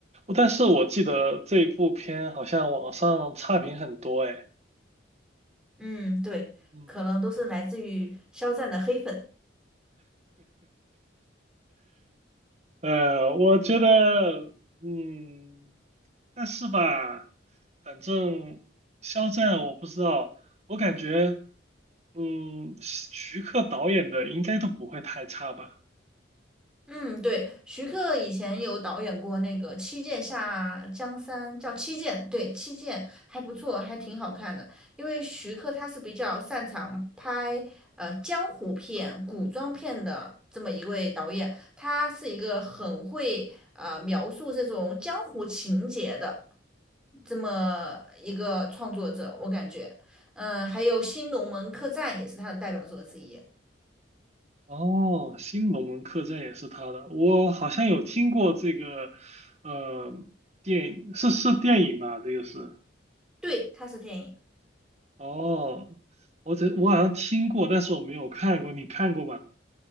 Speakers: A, on the right (about 35°); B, in the centre.
A: 但是我记得这部片好像网上差评很多哎。
B: 嗯，对，
A: 嗯
B: 可能都是来自于肖战的黑粉。
A: 呃，我觉得，嗯，但是吧，反正肖战我不知道，我感觉，嗯，徐克导演的应该都不会太差吧。
B: 嗯，对，徐克以前有导演过那个《七剑下江山》，叫《七剑》，对，《七剑》还不错，还挺好看的。因为徐克他是比较擅长拍呃江湖片、古装片的这么一位导演，他是一个很会呃描述这种江湖情节的这么一个创作者，我感觉，嗯、还有《新龙门客栈》也是他的代表作之一，
A: 哦，《新龙门客栈》也是他的，我好像有听过这个，呃，电影是是电影吧？这个是，
B: 对，他是电影。
A: 哦，我这我好像听过，但是我没有看过，你看过吗？